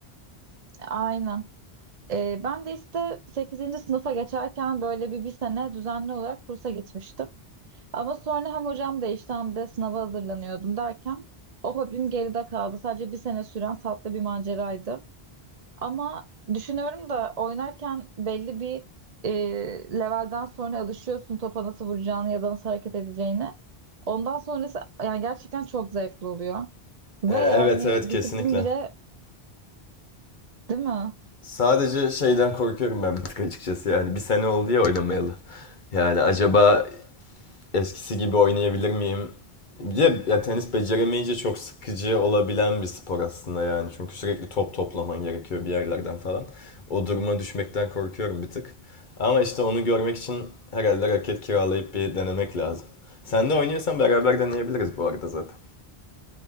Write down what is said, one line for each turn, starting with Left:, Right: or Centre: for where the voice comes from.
Right: Aynen. Ee, ben de işte sekizinci sınıfa geçerken böyle bir bir sene düzenli olarak kursa gitmiştim. Ama sonra hem hocam değişti hem de sınava hazırlanıyordum derken o hobim geride kaldı. Sadece bir sene süren tatlı bir maceraydı. Ama düşünüyorum da oynarken belli bir e, levelden sonra alışıyorsun topa nasıl vuracağını ya da nasıl hareket edeceğini. Ondan sonrası yani gerçekten çok zevkli oluyor. Ve
Left: E, evet
Right: yani
Left: evet kesinlikle.
Right: disiplin bile değil mi?
Left: Sadece şeyden korkuyorum ben bir tık açıkçası yani. Bir sene oldu ya oynamayalı. Yani acaba eskisi gibi oynayabilir miyim? Bir ya tenis beceremeyince çok sıkıcı olabilen bir spor aslında yani. Çünkü sürekli top toplaman gerekiyor bir yerlerden falan. O duruma düşmekten korkuyorum bir tık. Ama işte onu görmek için herhalde raket kiralayıp bir denemek lazım. Sen de oynuyorsan beraber deneyebiliriz bu arada zaten.